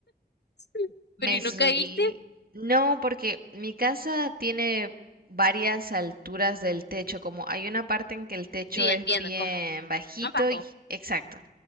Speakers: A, on the left (about 80°); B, on the right (about 60°).
A: <laughs>
B: Me
A: Pero ¿y
B: subí.
A: no caíste?
B: No, porque mi casa tiene varias alturas del techo, como hay una parte en que el techo
A: Sí,
B: es
A: entiendo
B: bien
A: cómo.
B: bajito
A: Más bajo.
B: y exacto.